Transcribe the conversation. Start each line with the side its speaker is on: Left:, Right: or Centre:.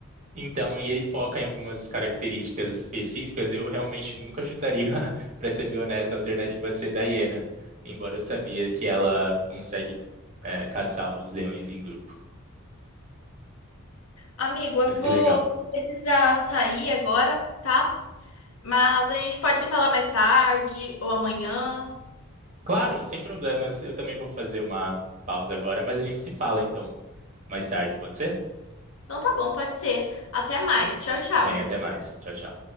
Right: Então, aí ele foca em algumas características específicas. Eu realmente nunca chutaria, <laughs> para ser bem honesto, a alternativa C da hiena, embora eu sabia que ela consegue, eh, caçar os leões em grupo.
Left: Amigo,
Right: Mas
Left: eu
Right: que
Left: vou
Right: legal.
Left: precisar sair agora, tá? Mas a gente pode se falar mais tarde ou amanhã.
Right: Claro, sem problemas. Eu também vou fazer uma pausa agora, mas a gente se fala então mais tarde, pode ser?
Left: Então tá bom, pode ser. Até mais. Tchau, tchau.
Right: Tudo bem, até mais. Tchau, tchau.